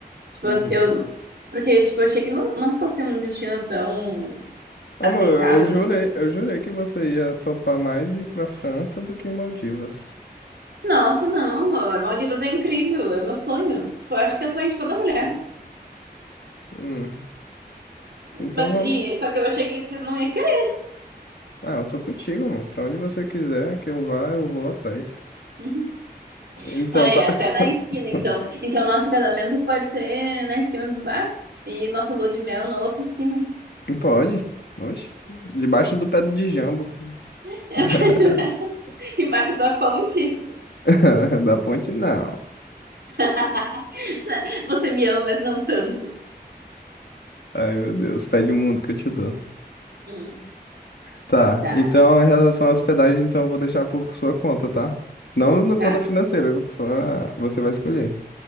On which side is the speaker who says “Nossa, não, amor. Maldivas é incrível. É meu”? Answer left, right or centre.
Right